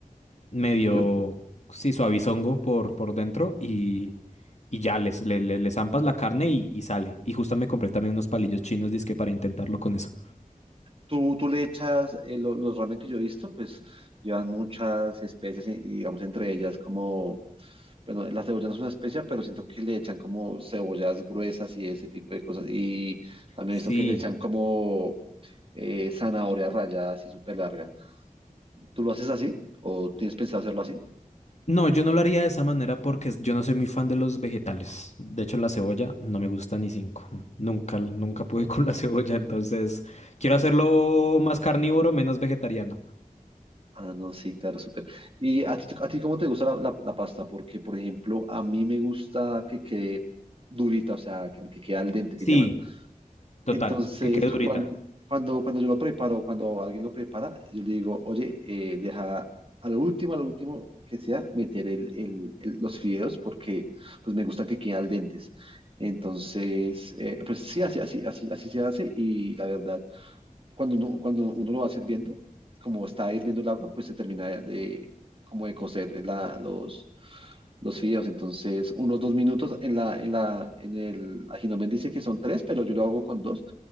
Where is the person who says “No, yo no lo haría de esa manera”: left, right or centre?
Left